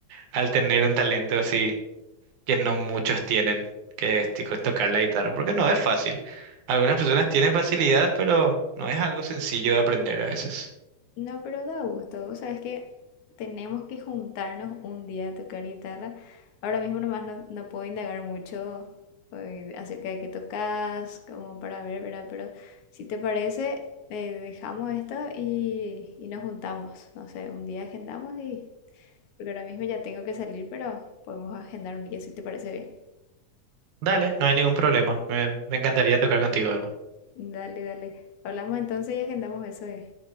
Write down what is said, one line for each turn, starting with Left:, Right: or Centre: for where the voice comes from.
Right: al tener un talento así que no muchos tienen, que es tipo, tocar la guitarra, porque no es fácil. Algunas personas tienen facilidad, pero no es algo sencillo de aprender a veces.
Left: No, pero da gusto. O sea, es que tenemos que juntarnos un día a tocar guitarra. Ahora mismo nomás no, no puedo indagar mucho eh, acerca de qué tocas, como para ver, ¿verdad? Pero si te parece, eh, dejamos esto y, y nos juntamos. No sé, un día agendamos y... Porque ahora mismo ya tengo que salir, pero podemos agendar un día si te parece bien.
Right: Dale, no hay ningún problema. Me, me encantaría tocar contigo algo.
Left: Dale, dale. Hablamos entonces y agendamos eso, eh,